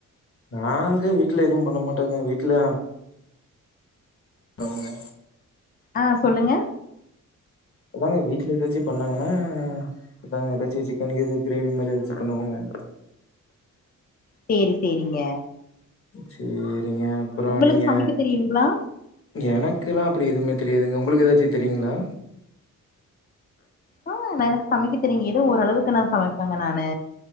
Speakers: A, on the left; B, on the left.
A: நாங்க வீட்ல எதுவு பண்ண மாட்டங்க வீட்ல அவுங்க
B: ஆ சொல்லுங்க
A: அதாங்க வீட்ல எதாச்சி பண்ணாங்கனா அதாங்க எதாச்சி சிக்கன் கீது கிரேவி மாரி எதாச்சி பண்ணுவாங்க
B: சேரி சேரிங்க
A: சேரிங்க அப்றோ
B: உங்களுக்கு
A: நீங்க
B: சமைக்க தெரியுங்களா
A: எனக்குல்லா அப்பிடி எதுமே தெரியாதுங்க உங்குளுக்கு எதாச்சி தெரியுங்ளா
B: ஆ ந எனக்கு சமைக்க தெரியிங் எதோ ஓரளவுக்கு நா சமைப் பங்க நானு